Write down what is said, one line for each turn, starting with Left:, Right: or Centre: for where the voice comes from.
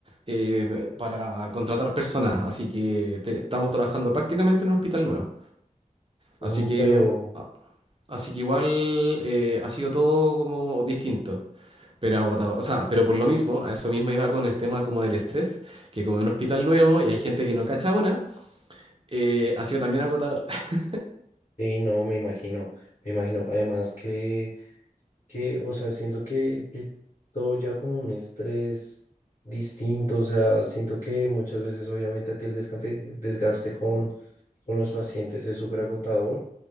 Right: eh, para contratar personas. Así que te- estamos trabajando prácticamente en un hospital nuevo.
Left: Mm,
Right: Así que,
Left: pero,
Right: a- así que igual eh, ha sido todo como distinto. Pero agotador, o sea, pero por lo mismo, a eso mismo iba con el tema como del estrés, que como es un hospital nuevo y hay gente que no cacha una, eh, ha sido también agotador. <laughs>
Left: sí, no, me imagino, me imagino, además que, que, o sea, siento que, que todo ya como un estrés distinto, o sea, siento que muchas veces obviamente a ti el descante- desgaste, con con los pacientes es súper agotador